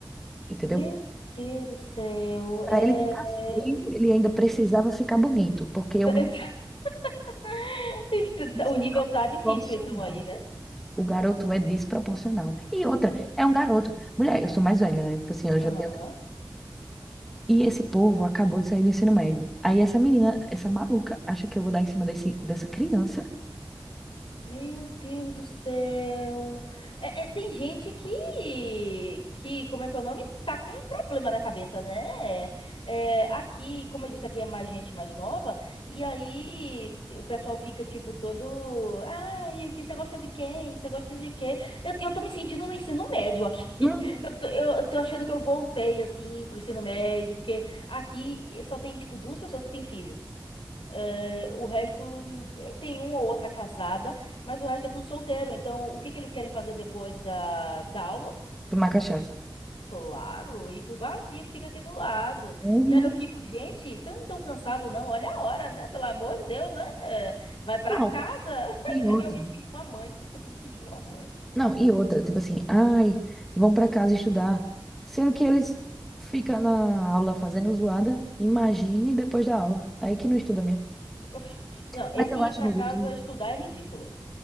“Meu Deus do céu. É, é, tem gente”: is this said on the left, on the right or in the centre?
Left